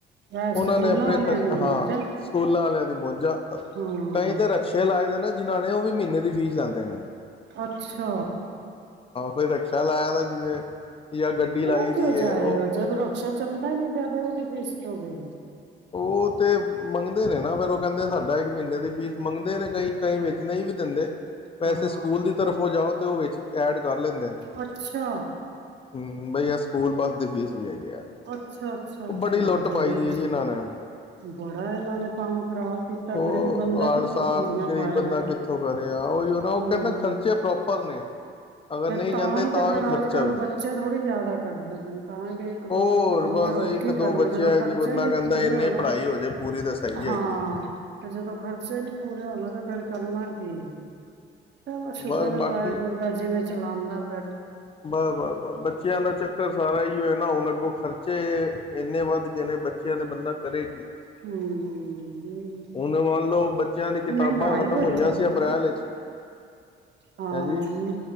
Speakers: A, on the right; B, on the left.
A: ਵੈਸੇ
B: ਉਹਨਾਂ
A: ਸਕੂਲਾਂ
B: ਨੇ ਆਪਣੇ
A: ਵਾਲਿਆਂ ਦੀ ਮੌਜਾਂ
B: ਹਾਂ ਸਕੂਲਾਂ ਵਾਲਿਆਂ ਦੀ ਮੋਝਾ
A: ਹਾਂ
B: ਕਈ ਤੇ ਰਕਸ਼ੇ ਲਾਏ ਦੇ ਨਾ ਜਿਹਨਾਂ ਉਹ ਵੀ ਮਹੀਨੇ ਦੀ ਫੀਸ ਲੈਂਂਦੇ ਨੇ
A: ਅੱਛਾ
B: ਹੋਈੱੀ ਲਾਇਆ ਦਾ ਜਿਵੇਂ ਜਾਂ ਗੱਡੀ ਲਾਈ
A: ਇਹ
B: ਦੀ
A: ਕਿਂ ਜਾਏਗਾ
B: ਹੈ ਉਹ
A: ਜਦੋਂ ਰਕਸ਼ਾ ਚੱਲਦਾ ਹੀ ਨਹੀਂੀ ਪਿਆ ਤੇ ਉਹਦੀ ਫੀਸ ਕਿਉਂ ਦੇਣੀ
B: ਉਹ ਤੇ ਮੰਗਦੇ ਨੇ ਨਾ ਫੇਿਰ ਉਹ ਕਹਿੰਦੇ ਸਾਡਾ ਇੱਕ ਮਹੀਨੇ ਦੀ ਫੀਸ ਮੰਗਦੇ ਨੇ ਕਈ ਕਈ ਵੇਚਣੇ ਹੀ ਵੀ ਦਿੰਦੇ ਵੈਸੇ
A: ਹਾਂ
B: ਸਕੂਲ ਦੀ ਤਰਫ ਹੋ ਜਾਓ ਤੇ ਉਹ ਵੇ ਐਡ ਕਰ ਲੈਂਦੇ ਨਾ
A: ਅੱਛਾ
B: ਹਮ ਬਈ ਯਾਰ ਸਕੂਲ ਬੱਸ ਦੀ ਫੀਸ ਵੀ ਹੈ
A: ਅੱਛਾ ਅੱਛਾ ਅੱਛਾ
B: ਬੜੀ ਲੁੱਟ
A: ਬੜੀ
B: ਪਾਈ ਦੀ ਹੈ ਜੀ ਇਹਨਾਂ ਨੇ
A: ਬੜਾ ਹੈ ਨੈਂ ਕੰਮ ਖ਼ਰਾਬ ਕੀਤਾ
B: ਉਹ
A: ਗ਼ਰੀਬ ਬੰਦਾ
B: ਹਰ
A: ਕਿੱਥੋਂ
B: ਸਾਲ
A: ਪੂਰੀਆਂ
B: ਗ਼ਰੀਬ
A: ਪਾਏਗਾ
B: ਬੰਦਾ ਕਿੱਥੋਂ ਕਰੇਗਾ ਉਹੀ ਨਾ ਉਹ
A: ਹਮ
B: ਕਹਿੰਦਾ ਖਰਚੇ ਪ੍ਰੋਪਰ ਨੇ ਅਗਰ
A: ਫ
B: ਨਹੀਂ
A: ਤਾਂ
B: ਜਾਂਦੇ
A: ਹੀ ਤੇ ਫੇਰ
B: ਵੀ ਖਰਚਾ
A: ਅੱਜ ਕੱਲ
B: ਵੀ
A: ਬੱਚੇ ਥੋੜੇ ਜਿਆਦਾ ਕਰਦੇ ਪਨ ਤਾਂ ਹੀ ਤੇ
B: ਹੋਰ
A: ਦੋ ਇੱਕ ਦੋ
B: ਬਸ
A: ਫੇਰ ਹੋਰ
B: ਇੱਕ
A: ਕੀ
B: ਦੋ
A: ਕਰਨਾ
B: ਬੱਚਿਆਂ
A: ਜਦੋਂ ਖਰਚੇ
B: ਜੀ ਬੰਨਾ
A: ਨੀ
B: ਕਹਿੰਦਾ
A: ਪੂਰੇ
B: ਇੰਨੇ
A: ਹੋਣੇ
B: ਪੜ੍ਹਾਈ ਹੋ ਜਾੇ ਪੂਰੀ ਤਾਂ ਸਹੀ ਹੈਗੀ
A: ਹਾਂ
B: ਆ
A: ਤੇ ਜਦੋਂ ਖਰਚੇ ਹੀ ਨਹੀਂੀ ਪੂਰੇ ਹੋਣਾ ਤੇ ਫੇਿਰ ਕਰਨਾ ਕੀ ਚਲੋ ਸ਼ੁੱਕਰ
B: ਬਸ ਬਾਕੀ
A: ਆ, ਵਾਹਿਗੁਰੂਦਾ, ਜਿਵੇਂ ਚਲਾਉਂਦਾ, ਬੈਠ।
B: ਬਸ, ਬਸ, ਬੱਸ, ਬੱਚਿਆਂ ਦਾ ਚੱਕਰ ਸਾਰਾ ਹੀ ਹੋਏ ਨਾ, ਹੁਣ ਅੱਗੋਂ ਖਰਚੇ ਇੰਨੇ ਵੱਧ ਗਏ ਨੇ ਬੱਚਿਆਂ ਦੇ ਬੰਦਾ ਕਰੇ ਕੀ
A: ਹਮ
B: ਹੁਣ ਮੰਨ ਲਓ ਬੱਚਿਆਂ ਦੀ ਕਿਤਾਬਾਂ
A: ਮਹਿੰਗਾਈ
B: ਖ਼ਤਮ
A: ਬੜੀ
B: ਹੋਈਆਂ
A: ਹੋਵੇ
B: ਸੀ ਅਪ੍ਰੈਲ
A: ਨਾ,
B: ਵਿੱਚ
A: ਹਾਂ,
B: ਹੈਂਜੀ